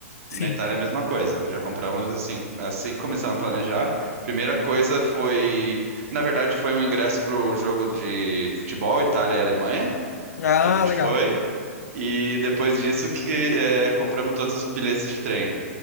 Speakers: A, on the left (about 80°); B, on the right (about 65°).
A: sim.
B: E na Itália é a mesma coisa. Já compramos assim, assim que começamos a planejar. Primeira coisa foi, na verdade, foi um ingresso para o jogo de futebol Itália e Alemanha,
A: Ah,
B: que a gente
A: legal.
B: foi. E depois disso que é, compramos todos os bilhetes de trem.